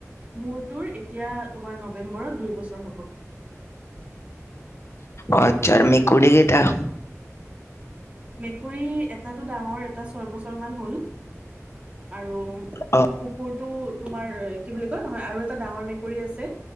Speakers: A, on the right; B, on the left.
A: মোৰটোৰ এতিয়া তোমাৰ নৱেম্বৰত দুই বছৰ হ'ব ।
B: আটচ্চা মেকুৰি কেইটা
A: মেকুৰী এটাতটো ডাঙৰ এটা ছয় বছৰ মান হ'ল । আৰু
B: অ
A: কুকুৰটো তোমাৰ কি বুলি কয় নহয় আৰু এটা ডাঙৰ মেকুৰী আছে